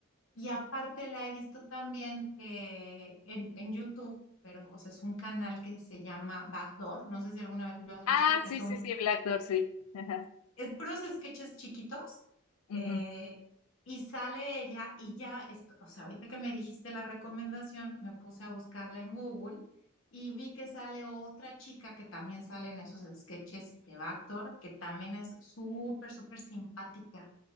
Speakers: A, on the left; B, on the left.
A: Y aparte la he visto también eh, en, en YouTube, pero, o sea, es un canal que se llama Backdoor. No sé si alguna vez lo has visto,
B: Ah,
A: que
B: sí,
A: son
B: sí, sí, Black Door, sí. Ajá.
A: es puros sketches chiquitos
B: ujú,
A: eh, y sale ella y ya, est- o sea, ahorita que me dijiste la recomendación, me puse a buscarla en Google y vi que sale otra chica que también sale en esos sketches de Bactor, que también es súper, súper simpática.